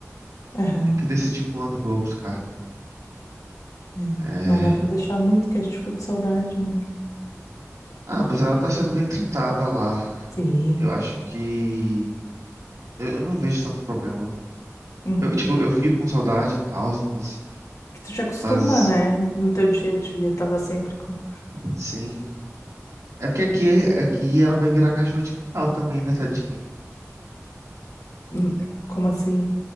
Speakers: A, on the left (about 80°); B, on the right (about 80°).
A: Aham,
B: Tem que decidir quando que eu vou buscar.
A: é.
B: É.
A: Não dá pra deixar muito, que a gente fica com saudade, né?
B: Ah, mas ela tá sendo bem tratada lá.
A: Sim.
B: Eu acho que. Eu, eu não vejo tanto problema.
A: Uhum.
B: Eu, tipo, eu fico com saudade e tal, mas,
A: Que tu te acostuma,
B: mas
A: né? No teu dia a dia, tava sempre com...
B: sim. É porque aqui, aqui ela vai virar cachorro de quintal também, né, tadinha?
A: Hum, Como assim?